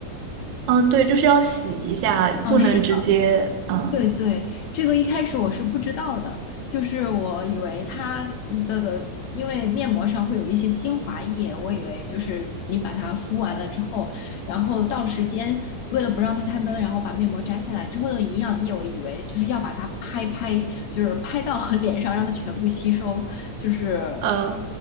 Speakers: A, on the right; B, on the left.
A: 嗯，对，就是要洗一下，
B: 哦，
A: 不能直接嗯
B: 是的。对对，这个一开始我是不知道的，就是我以为它的的，因为面膜上会有一些精华液，我以为就是你把它敷完了之后，然后到时间为了不让它太闷，然后把面膜摘下来之后的营养液，我以为就是要把它拍拍，就是拍到 <laughs> 脸上让它全部吸收，就是。
A: 呃，